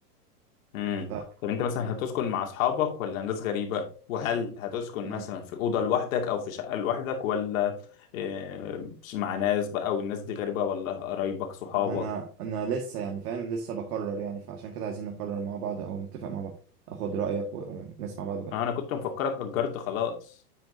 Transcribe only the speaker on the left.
امم
طب أنت مثلا هتسكن مع أصحابك ولا ناس غريبة؟ وهل هتسكن
مثلا في أوضة لوحدك أو في شقة لوحدك ولا آه، مع ناس بقى والناس دي غريبة ولا قرايبك صحابك؟
آه، أنا كنت مفكرك أجرت خلاص.